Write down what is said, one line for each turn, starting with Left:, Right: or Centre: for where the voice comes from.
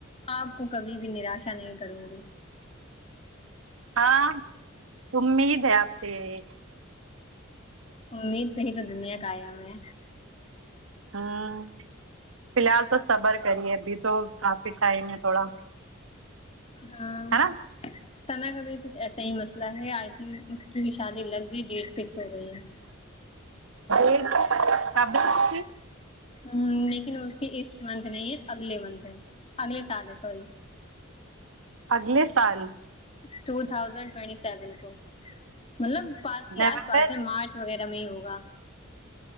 Left: آپ کو کبھی بھی نراشا نہیں کروں گی
Right: ہاں امید ہے آپ کے یہ
Left: امید پہ ہی تو دنیا کا آیا میں
Right: ہوں فی الحال تو صبر کریے ابھی تو کافک ٹائم ہے تھوڑا
Left: ہاں
Right: ہے نا
Left: سثنا کا بھی کچھ ایسا ہی مسئلہ ہے آئی تھنک اس کی بھی شادی لگ گئی ڈیٹ فکس ہو گئی ہے
Right: ی کبے <unintelligible>
Left: ہ لیکن اس کی اس منتھ نہیں ہے اگلے منتھ ہے اگلے سال ہے سوری
Right: اگلے سال
Left: ٹو تھازینڈ ٹوینٹی سیون کو مطلب پس ہی
Right: نومبر
Left: آس پاس ہے مارچ وغیرہ میں ہی ہوگا